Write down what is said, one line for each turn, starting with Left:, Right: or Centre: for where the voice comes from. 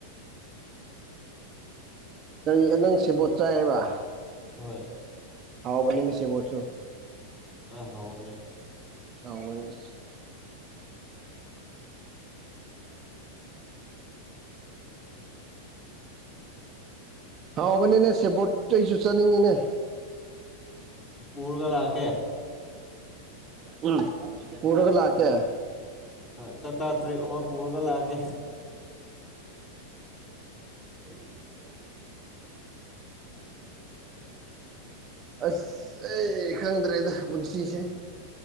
Right: ꯀꯔꯤ ꯅꯪ ꯁꯦꯕꯣꯠ ꯆꯥꯏꯕ
Left: ꯍꯣꯏ
Right: ꯍꯥꯎꯕꯅꯤꯅꯤ ꯁꯤꯕꯣ ꯆꯨ
Left: ꯑ ꯍꯥꯎꯕꯅꯦ
Right: ꯑꯅꯦꯁ <inaudible> <unintelligible> ꯍꯥꯎꯕꯅꯤꯅꯦ ꯁꯦꯕꯣꯔꯠꯇ ꯑꯩꯁꯨ ꯆꯥꯅꯤꯡꯉꯤꯅꯦ
Left: ꯄꯨꯔꯒ ꯂꯥꯛꯒ
Right: ꯎꯝ ꯄꯔꯒ ꯂꯥꯛ ꯀ
Left: ꯍꯣꯏ ꯇꯇꯥꯥ ꯇꯔꯦꯞ ꯑꯃ ꯄꯨꯔꯒ ꯂꯥꯛꯑꯀꯦ
Right: ꯍꯣꯂꯦ ꯑꯁ ꯑꯩ ꯈꯪꯗ꯭ꯔꯦꯗ ꯄꯨꯟꯁꯤꯁꯦ